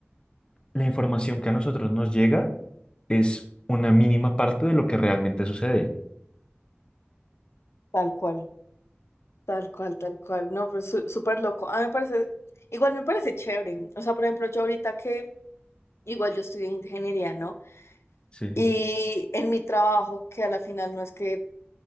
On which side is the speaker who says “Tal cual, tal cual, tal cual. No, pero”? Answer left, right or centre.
Left